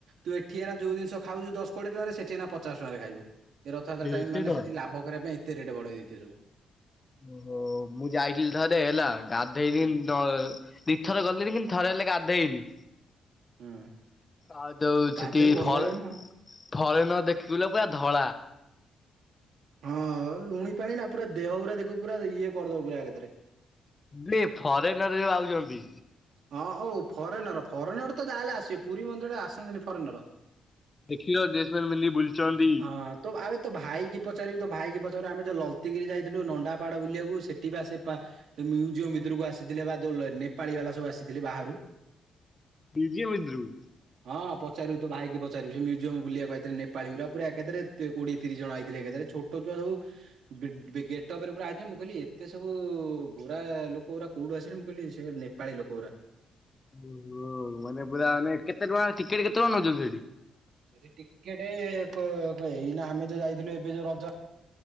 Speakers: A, on the right (about 65°); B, on the left (about 20°).
A: ତୁ ଏଠି ଏନା ଯୋଉ ଜିଷ ଖାଉଚୁ ଦଶ କୋଡ଼ିଏ ଟଙ୍କାରେ ସେଠି ଏନା ପଚାଶ ଟଙ୍କାରେ ଖାଇବୁ। ଏ ରଥଯାତ୍ରା
B: ଏତେ
A: ଟାଇମ ମାନେ
B: ଟଙ୍କା?
A: ସେଠି ଲାଭ କରିବା ପାଇଁ ଏତେ ରେଟ ବଢେଇ ଦେଇଥିବେ ସବୁ।
B: ଓହୋ, ମୁଁ ଯାଇଥିଲି ଥରେ ହେଲା ଗାଧେବିନି
A: ହଁ
B: ନ ଦିପ୍ ଏଥର ଗଲେକିଣି ଥରେ ହେଲେ ଗାଧେଇବି।
A: ହଁ
B: ଆ ଦୋଉ
A: ଗାଧେଇବୁ
B: ଛେତି
A: ଭଲ
B: ଫଲ
A: ଲାଗିବ ନା ଆଉ।
B: ଫରେନର ଦେଖିବୁଲୋ ପୁରା ଧଳା।
A: ହଁ ଲୁଣି ପାଣି ନା ପୁରା ଦେହଗୁରା ଦେଖିବୁ ପୁରା ଇଏ କରିଦବ ପୁରା ଏକାଥରେ।
B: ବ୍ଲିପ ଫରେନରେ ଯୋଉ ଆଉଛନ୍ତି।
A: ହଁ ଅଉ ଫରେନର ଫରେନର ତ ଯାହେଲେ ଆସିବେ ପୁରୀ ମନ୍ଦିରରେ ଆସନ୍ତିନି ଫରେନର।
B: ଦେଖିଲ ଦେଶ ମେଲ ମିଲି ବୁଲୁଚନ୍ତି।
A: ହଁ ତୋ ଆରେ ତୋ ଭାଇକି ପଚାରିବୁ ତ ଭାଇକି ପଚାରିବୁ ଆମେ ଯେଉଁ ଲଲତିଗିରି ଯାଇଥିଲୁ ନଣ୍ଡାପାହାଡ଼ ବୁଲିବାକୁ ସେଠି ବା ସେପା ସେ ମ୍ୟୁଜିୟମ ଭିତରକୁ ଆସିଥିଲେ ବା ଯୋ ଲୋ ନେପାଳୀ ବାଲା ସବୁ ଆସିଥିଲେ ବାହାରୁ
B: ମ୍ୟୁଜିୟମ ଭିତରକୁ
A: ହଁ ପଚାରିବୁ ତୋ ଭାଇକି ପଚାରିବୁ ସେ ମ୍ୟୁଜିୟମ୍ ବୁଲିଆକୁ ଆଇଥିଲେ ନେପାଳି ଗୁରା ପୁରା ଏକାଥରେ ତେ କୋଡିଏ ତିରିଶ ଜଣ ଆଇଥିଲେ ଏକା ଥରକେ ଛୋଟ ଛୁଆ ସବୁ ବିଗ୍ ବି ଗେଟପରେ ପୁରା ଆଇଚନ୍ତି ମୁଁ କହିଲି ଏତେ ସବୁ ଗୋରା ଲୋକ ଗୁରା କୋଉଠୁ ଆସିଲେ ମୁଁ କହିଲି ସେ ନେପାଳି ଲୋକ ଗୁରା଼।
B: ଓହ ମାନେ ପୁରା ମାନେ କେତେ ଟଙ୍କା ଟିକେଟ କେତେ ଟଙ୍କା ନେଉଛନ୍ତି ସେଠି?
A: ସେଠି ଟିକେଟେ କୋ କୋ ଏଇନା ଆମେ ଯୋଉ ଯାଇଥିଲୁ ଏବେ ଯୋଉ ରଜ